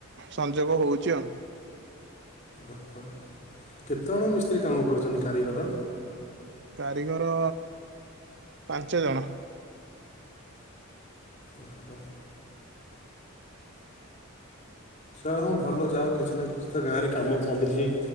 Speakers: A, on the right; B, on the left.
A: ସଂଯୋଗ ହୋଉଛି ଆଉ।
B: ଓହୋ କେତେଜଣ ମିସ୍ତ୍ରୀ କାମ କରୁଛନ୍ତି କାରିଗର?
A: କାରିଗର ପାଞ୍ଚ ଜଣ।
B: ଓହୋ। ଯାହା ହୋଉ ଭଲ ଯାହା ହଉ କିଛି ନା କିଛି ତ ଗାଁରେ କାମ ଚାଲିଛି।